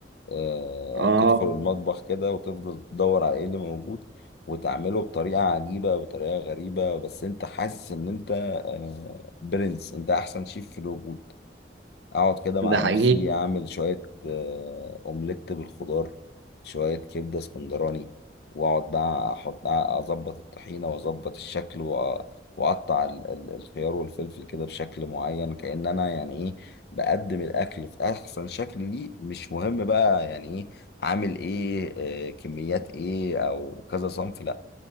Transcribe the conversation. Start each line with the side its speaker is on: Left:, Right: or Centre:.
Left: آه
Right: اه
Left: تدخل المطبخ كده وتفضل تدور على ايه اللي موجود وتعمله بطريقه عجيبه بطريقه غريبه بس انت حاسس ان انت آه برنس انت احسن شيف في الوجود اقعد كده مع
Right: ده حقيقي
Left: نفسي اعمل شوية آه، اومليت بالخضار شوية كبدة اسكندراني واقعد بقى احط اظبط الطحينة واظبط الشكل وأ- واقطع ال- ال- الخيار والفلفل كده بشكل معين كأن انا يعني ايه بقدم الاكل في احسن شكل ليه مش مهم بقى يعني ايه عامل ايه آه، كميات ايه او كذا صنف لا